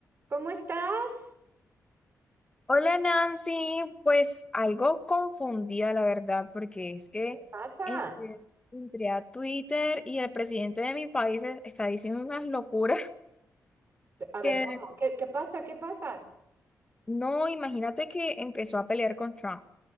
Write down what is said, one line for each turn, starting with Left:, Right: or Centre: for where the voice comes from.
Right: ¿Cómo estás?
Left: Hola Nancy, pues algo confundida la verdad, porque es que
Right: ¿Qué pasa?
Left: entre, entré a Twitter y el presidente de mi país e- está diciendo unas locuras <laughs>
Right: A ver,
Left: que
Right: ¿cómo? ¿Qué, qué pasa? ¿Qué pasa?
Left: no, imagínate que empezó a pelear con Trump.